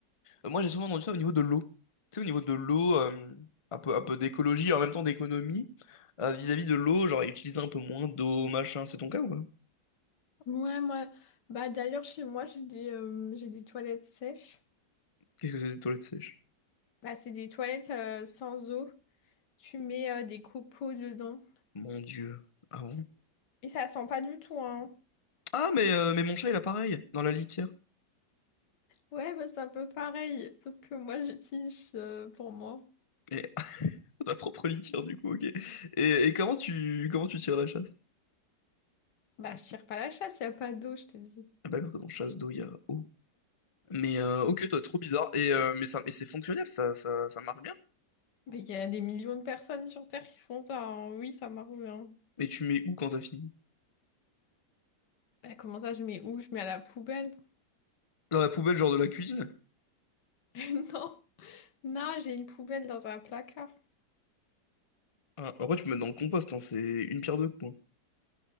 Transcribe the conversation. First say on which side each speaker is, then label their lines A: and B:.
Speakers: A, on the left; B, on the left.
A: Euh, Moi, j'ai souvent entendu ça au niveau de l'eau. Tu sais, au niveau de l'eau, euh, un peu, un peu d'écologie, et en même temps d'économie, euh, vis-à-vis de l'eau, genre utiliser un peu moins d'eau, machin. C'est ton cas ou pas?
B: Ouais, moi, bah d'ailleurs, chez moi, j'ai des, euh, j'ai des toilettes sèches.
A: Qu'est-ce que c'est des toilettes sèches?
B: Bah c'est des toilettes euh, sans eau. Tu mets euh, des copeaux dedans.
A: Mon Dieu. Ah bon?
B: Et ça sent pas du tout, hein.
A: Ah, mais, euh, mais mon chat, il a pareil, dans la litière.
B: Ouais, bah c'est un peu pareil, sauf que moi, j'utilise euh, pour moi.
A: Et, <laughs> ta propre litière, du coup, ok. Et, et comment tu, comment tu tires la chasse?
B: Bah, je tire pas la chasse, y a pas d'eau, je t'ai dit
A: Ah bah, quand on chasse d'eau, il y a eau. Mais euh, ok, toi, trop bizarre. Et, euh, mais ça, mais c'est fonctionnel, ça, ça, ça marche bien.
B: Mais il y a des millions de personnes sur Terre qui font ça. hein. Oui, ça marche bien.
A: Mais tu mets où quand t'as fini?
B: Bah, comment ça, je mets où? Je mets à la poubelle.
A: Dans la poubelle, genre de la cuisine?
B: <laughs> Non. Non, j'ai une poubelle dans un placard.
A: Ah, en vrai, tu peux mettre dans le compost, hein, c'est une pierre deux coups. hein.